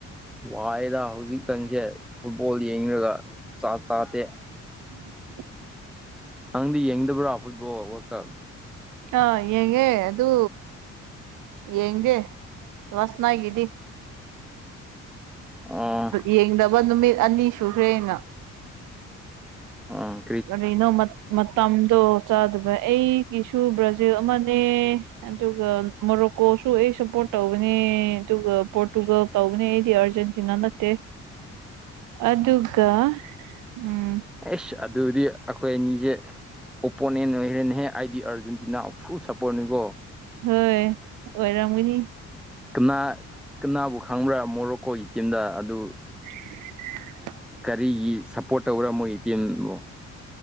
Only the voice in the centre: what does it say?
ꯋꯥꯏꯗ ꯍꯧꯖꯤꯛꯀꯥꯟꯁꯦ ꯐꯨꯠꯕꯣꯜ ꯌꯦꯡꯔꯒ ꯆꯥꯛ ꯆꯥꯗꯦ꯫
ꯅꯪꯗꯤ ꯌꯦꯡꯗꯕ꯭ꯔꯥ ꯐꯨꯠꯕꯣꯜ ꯋꯥꯔꯜ ꯀꯞ?
ꯑꯣ
ꯎꯝ
ꯑꯦꯁ ꯑꯗꯨꯗꯤ ꯑꯈꯣꯏ ꯑꯅꯤꯁꯦ ꯑꯣꯄꯣꯅꯦꯟ ꯑꯣꯏꯈ꯭ꯔꯅꯦꯍꯦ꯫ ꯑꯩꯗꯤ ꯑꯥꯔꯖꯦꯟꯇꯤꯅꯥ ꯐꯨꯜ ꯁꯄꯣꯔꯠꯅꯤꯀꯣ꯫
ꯀꯅꯥ ꯀꯅꯥꯕꯨ ꯈꯪꯕ꯭ꯔꯥ ꯃꯣꯔꯣꯀꯣꯒꯤ ꯇꯤꯝꯗ ꯑꯗꯨ
ꯀꯔꯤꯒꯤ ꯁꯞꯄꯣꯔꯠ ꯇꯧꯕ꯭ꯔꯥ ꯃꯣꯏꯒꯤ ꯇꯤꯝꯕꯨ?